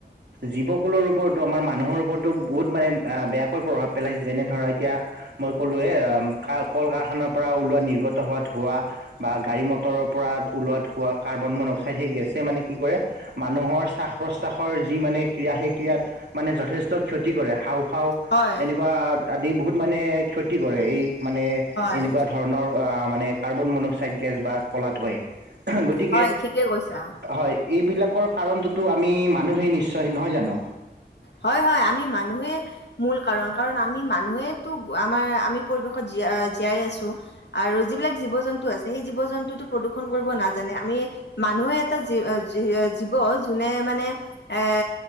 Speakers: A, on the right (about 80°); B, on the left (about 80°).
A: জীৱকুলৰ ওপৰতো আমাৰ মানুহৰ ওপৰতো বহুত মানে বে বেয়া প্ৰভাৱ পেলাইছে যেনে ধৰা এতিয়া মই ক'লোৱে কল কাৰখানাৰ পৰা ওলোৱা নিৰ্গত ত হোৱা ধোৱা বা গাড়ী মটৰৰ পৰা ওলোৱা ধোৱা কাৰ্বন মন অক্সাইড সেই গেছে মানে কি কৰে মানুহৰ শ্বাস প্ৰশ্বাসৰ যি মানে ক্ৰীড়া সেই ক্ৰডিয়াত মানে যথেষ্ট ক্ষতি কৰে হা? খাওঁ
B: হয়,
A: এনেকুৱা আদি বহুত মানে ক্ষতি কৰে এই মানে
B: হয়,
A: এনেকুৱা ধৰণৰ মানে কাৰ্বন মনক্সাইড গেছ বা ক'লা ধয় গতিকে
B: হয় ঠিকে কৈছা।
A: হয় এইবিলাক। কাৰণটোতো আমি মানুহেই নিশ্চয় নহয় জানো?
B: হয় হয় আমি মানুহে মূল কাৰণ, কাৰণ আমি মানুহেতো আমাৰ আমি পৰিৱেশত যি জ জীয়াই আছো আৰু যিবিলাক জীৱ জন্তু আছে সেই জীৱ জন্তু প্ৰদূ্ষন কৰিব নাজানে আমি মানুহে এটা জী জী জীৱ যোনে মানে এ